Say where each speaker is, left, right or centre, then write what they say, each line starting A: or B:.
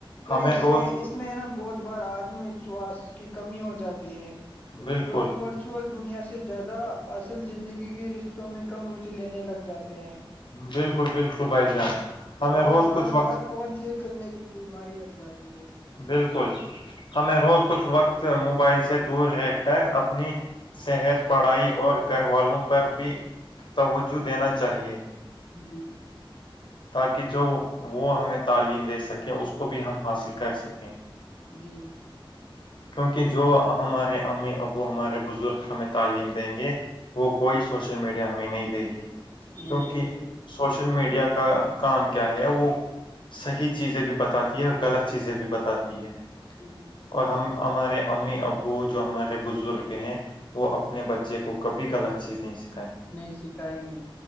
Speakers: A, on the left; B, on the left.
A: پر
B: ہمیں
A: اس
B: روز
A: سے اس میں نا بہت بار آتم وشواس کی کمی ہو جاتی ہے
B: بالکل
A: لوگ ور ل دنیا سے زیادہ اصل زندگی کے رشتوں میں کم روچی لینے لگ جاتے ہیں
B: بالکل بالکل بھائی جان ہمیں
A: اور
B: روز
A: بار
B: کچھ وقت
A: بار فون چیک کرنے کی بیماری لگ جاتی ہے
B: بالکل ہمیں روز کچھ وقت موبائل سے دور رہ کر اپنی صحت پڑھائی اور گھر والوں پر بھی توجہ دینا چاہیے
A: جی
B: تاکہ جو وہ ہمیں تعلیم دے سکیں اس کو بھی ہم حاصل کر سکیں
A: جی
B: کیونکہ جو ہمارے امی ابو ہمارے بزرگ ہمیں تعلیم دیں گے وہ کوئی سوشل میڈیا ہمیں نہیں دے گی کیونکہ
A: نہیں دے گی
B: سوشل میڈیا کا کام کیا ہے وہ صحیح چیزیں بھی بتاتی ہے اور غلط چیزیں بھی بتاتی ہے
A: جی
B: اور ہم ہمارے امی ابو جو ہمارے بزرگ ہیں وہ اپنے بچے کو کبھی غط چیز نہیں س
A: نہیں سکھائیں گے